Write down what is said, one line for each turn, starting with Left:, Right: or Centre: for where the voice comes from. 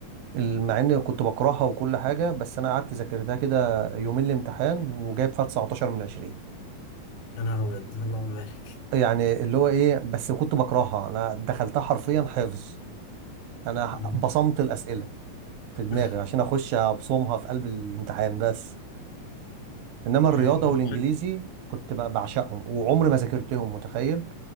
Right: مع اني كنت بكرهها وكل حاجه بس انا قعدت ذاكرتها كده يومين الامتحان وجايب فيها 19 من 20
Left: يا نهار أبيض اللهم بارك
Right: يعني اللي هو ايه بس كنت بكرهها انا دخلتها حرفيا حفظ انا
Left: مم.
Right: بصمت الاسئله في دماغي
Left: <laughs>
Right: عشان اخش ابصمها في قلب الامتحان بس انما الرياضه
Left: يعني موضوع
Right: والانجليزي كنت ب- بعشقهم وعمري ما ذاكرتهم متخيل